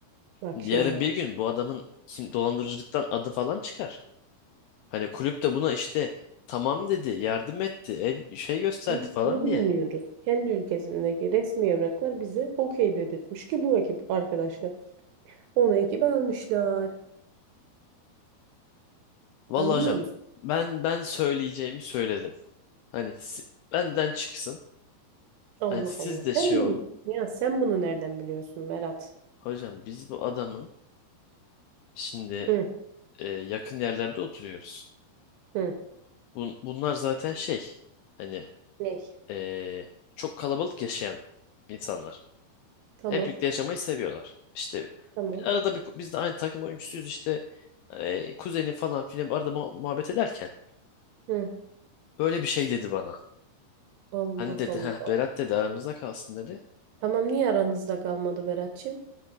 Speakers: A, on the right; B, on the left.
A: Bak
B: yarın
A: şimdi.
B: bir gün bu adamın kim dolandırıcılıktan adı falan çıkar. Hani kulüp de buna işte tamam dedi, yardım etti, el, şey gösterdi
A: Biz
B: falan
A: bunu bilmiyoruz.
B: diye.
A: Kendi ülkesindeki resmi evraklar bize okey dedirtmiş ki bu ekip arkadaşlar. Onu ekibe almışlar.
B: Vallahi
A: Anlıyor
B: hocam
A: musun?
B: ben ben söyleyeceğimi söyledim. Hani si- benden çıksın.
A: Allah
B: Hani siz
A: Allah.
B: de şey
A: Sen
B: olun.
A: bunu ya sen bunu nereden biliyorsun Berat?
B: Hocam biz bu adamın şimdi
A: Hı
B: e, yakın yerlerde oturuyoruz.
A: hı.
B: Bun, bunlar zaten şey hani
A: Ne?
B: e, çok kalabalık yaşayan insanlar.
A: Tamam.
B: Hep birlikte yaşamayı seviyorlar. İşte
A: Tamam.
B: arada bir, biz de aynı takım oyuncusuyuz işte e, kuzeni falan filan arada muha- muhabbet ederken
A: Hı.
B: Böyle bir şey dedi bana.
A: Allah
B: Hani dedi
A: Allah.
B: heh, Berat dedi aramızda kalsın dedi.
A: Tamam niye aranızda kalmadı Berat'cığım?